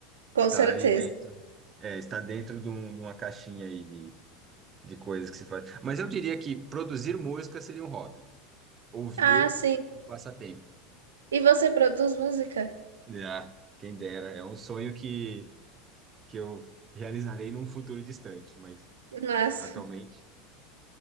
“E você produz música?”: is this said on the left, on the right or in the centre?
Right